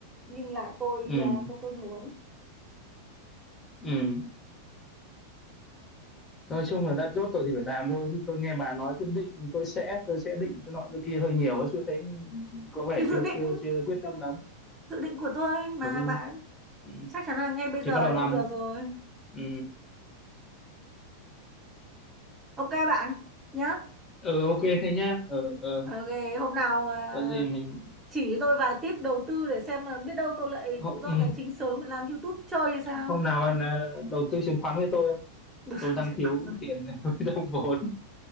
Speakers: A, on the right (about 15°); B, on the left (about 15°).
A: như là tôi
B: Ừ.
A: ờ, tôi tôi muốn
B: Ừ. Nói chung là đã chốt rồi thì phải làm thôi chứ tôi nghe bà nói cứ định tôi sẽ tôi sẽ định chỗ nọ chỗ kia hơi nhiều ấy, chưa thấy có vẻ
A: thì dự
B: chưa
A: định
B: chưa chưa quyết tâm lắm
A: dự định của tôi mà
B: ừ
A: bạn
B: ừ.
A: chắc chắn là ngay bây
B: thì
A: giờ
B: bắt đầu
A: thì
B: làm
A: không được rồi
B: ừ,
A: ok bạn nhá
B: ừ ok thế nhá ừ, ừ.
A: ok hôm nào à,
B: có gì mình
A: chỉ cho tôi vài tip đầu tư để xem là biết đâu tôi lại
B: hôm,
A: tự do
B: ừ,
A: tài chính sớm làm YouTube chơi hay sao
B: hôm nào anh ờ, đầu tư chứng khoán với tôi không
A: <laughs>
B: tôi đang thiếu tiền <laughs> với đồng vốn